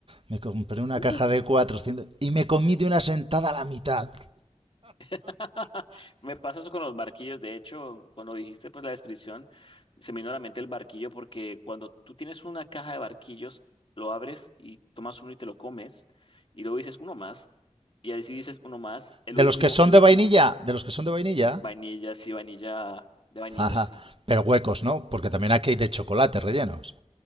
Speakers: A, on the right; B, on the left.
A: Me compré una
B: Uh,
A: caja de 400 y me comí de una sentada a la mitad.
B: <laughs> Me pasa eso con los barquillos. De hecho, cuando dijiste pues la descripción, se me vino a la mente el barquillo porque cuando tú tienes una caja de barquillos, lo abres y tomas uno y te lo comes y luego dices uno más y ahí sí dices uno más, el
A: De
B: último,
A: los que son
B: el
A: de
B: último,
A: vainilla, de los que son de vainilla,
B: vainilla, sí, vainilla, de vainilla,
A: jaja,
B: sí.
A: pero huecos, ¿no? Porque también aquí hay de chocolate rellenos.